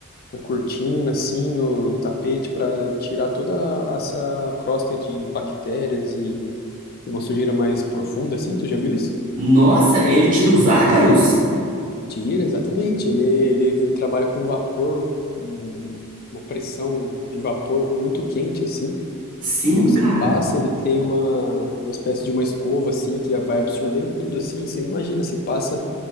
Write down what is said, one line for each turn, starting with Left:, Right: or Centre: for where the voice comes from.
Left: na cortina, assim, no, no tapete, para tirar toda essa crosta de bactérias e, e uma sujeira mais profunda, assim. Tu já viu isso?
Right: Nossa, ele tira os ácaros?
Left: Tira, exatamente. Ele, ele, ele trabalha com vapor, um- uma pressão de vapor muito quente, assim.
Right: Sim,
Left: E daí você
Right: cara.
Left: passa, ele tem uma, uma espécie de uma escova, assim, que vai absorvendo tudo, assim. Você não imagina, você passa...